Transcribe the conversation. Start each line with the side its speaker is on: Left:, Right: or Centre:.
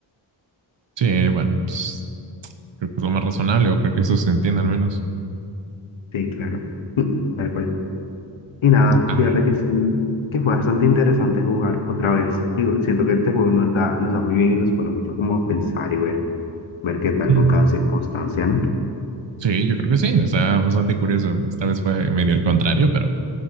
Right: Sí, bueno, pues, creo que es lo más razonable, o creo que eso se entiende al menos.
Left: Sí, claro, tal cual. Y nada,
Right: Ah.
Left: fíjate que sí, que fue bastante interesante jugar otra vez. Y siento que este juego nos da, nos da muy bien y nos pone mucho como a pensar y ver, ver qué tal
Right: Ujú.
Left: con cada circunstancia, ¿no?
Right: Sí, yo creo que sí, está bastante curioso. Esta vez fue medio el contrario, pero